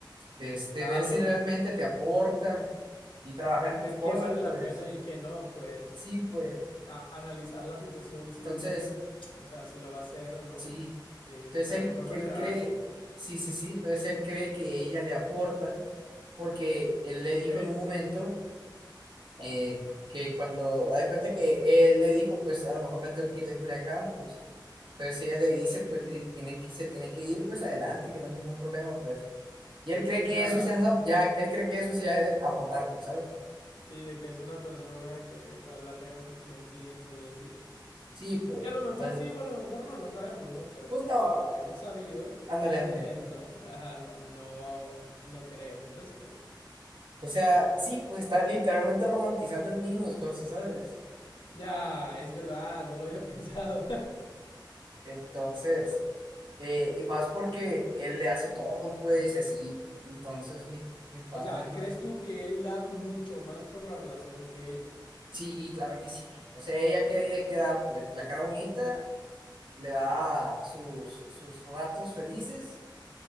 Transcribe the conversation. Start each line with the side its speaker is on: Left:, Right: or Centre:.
Right: de este,
Left: Claro.
Right: ver si realmente te aporta y trabajar
Left: Ve-
Right: en
Left: ver
Right: tus cosas,
Left: qué vale la
Right: pues.
Left: pena y qué no, pues
Right: Sí, pues.
Left: a- analizar la situación si,
Right: Entonces,
Left: o sea, si lo va a hacer o no,
Right: Sí.
Left: eh,
Right: Entonces
Left: de la
Right: él,
Left: mejor manera,
Right: él cree,
Left: vaya.
Right: sí, sí, sí, entonces él cree que ella le aporta, porque él le
Left: ¿Ok?
Right: dijo en un momento eh, que cuando, haz de cuenta que él le dijo, pues a lo mejor me tengo que ir de Culiacán, pues. Entonces ella le dice, pues que si tiene que, se tiene que ir, pues adelante, que no hay ningún problema, pues. Y él cree
Left: Ya,
Right: que eso ya, es ap- ya él cree que eso es ya es aportar, pues, ¿sabes?
Left: sí, de que es una persona que vale la pena porque lo entiende y así, pues.
Right: Sí, pues,
Left: Que a lo mejor
Right: entonces,
Left: sí o a lo mejor no, no sabemos, ¿no? Pero
Right: pues
Left: pues
Right: no,
Left: por lo que hemos sabido,
Right: ándale,
Left: <laughs>
Right: ándale.
Left: eh, no, ajá, no, no, no creemos eso, vaya.
Right: O sea, sí, pues está literalmente romantizando el mínimo esfuerzo, ¿sabes?
Left: Ya, es verdad, no lo había <laughs> pensado.
Right: Entonces, eh, y más porque él le hace todo, pues, y así. Entonces, mi, mi padre,
Left: O sea,
Right: ¿no?
Left: ¿crees tú que él da mucho más por la relación que ella?
Right: Sí, claro que sí. O sea, ella que ella queda, pues, la cara bonita, le da sus, sus ratos felices